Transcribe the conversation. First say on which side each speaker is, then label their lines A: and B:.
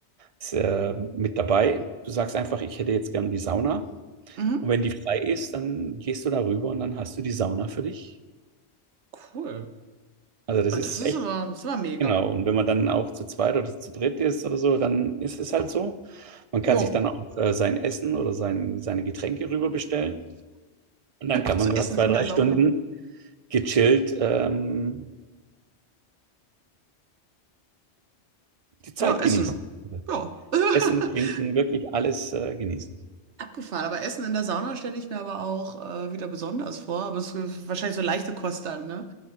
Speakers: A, on the right; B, on the right.
A: ist, äh, mit dabei. Du sagst einfach, ich hätte jetzt gern die Sauna
B: Mhm.
A: und wenn die frei ist, dann gehst du da rüber und dann hast du die Sauna für dich.
B: Cool.
A: Also das
B: Ah,
A: ist
B: Das ist
A: echt
B: aber, das war mega.
A: genau und wenn man dann auch zu zweit oder zu dritt ist oder so, dann ist es halt so. Man
B: Jo.
A: kann sich dann auch äh, sein Essen oder sein, seine Getränke rüber bestellen. Und dann kann
B: So
A: man da
B: Essen
A: zwei,
B: in
A: drei
B: der Sauna.
A: Stunden gechillt ähm, die Zeit
B: Ja, Essen.
A: genießen.
B: Ja. <laughs>
A: Essen, trinken, wirklich alles äh, genießen.
B: Abgefahren, aber Essen in der Sauna stelle ich mir aber auch äh, wieder besonders vor. Aber es ist wahrscheinlich so leichte Kost dann, ne?